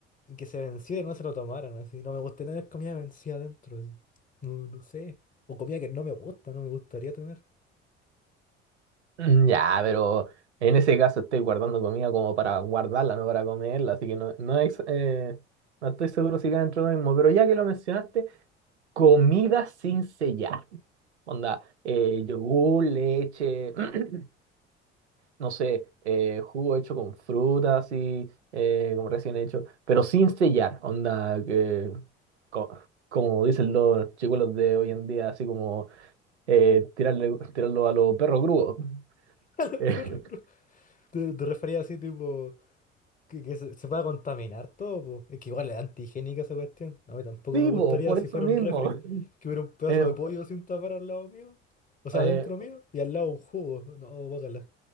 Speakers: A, on the left; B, on the right.
A: y que se venciera y no se lo tomaran, así. No me gusta tener comida vencida adentro, así. No, no sé. O comida que no me gusta, no me gustaría tener.
B: Mm, Ya, pero en ese caso estoy guardando comida como para guardarla, no para comerla, así que no, no, es, eh, no estoy seguro si cae dentro de lo mismo. Pero ya que lo mencionaste, comida sin sellar. Onda, eh, yogur, leche, <clears throat> no sé, eh, jugo hecho con fruta, así eh, como recién hecho, pero sin sellar. Onda, que, co- como dicen los chicuelos de hoy en día, así como eh, tirarle, tirarlo a los perros grúos.
A: <laughs>
B: <laughs>
A: Perro cruz. Te, te refería así, tipo. que, que se, se pueda contaminar todo, po. Es que igual es antigénica esa cuestión. A mí tampoco
B: Sí,
A: me gustaría
B: po, por
A: si
B: eso
A: fuera
B: mismo.
A: un refri,
B: <laughs>
A: que hubiera un pedazo
B: Eh,
A: de pollo sin tapar al lado mío, o sea,
B: eh,
A: adentro mío, y al lado un jugo, no, guácala,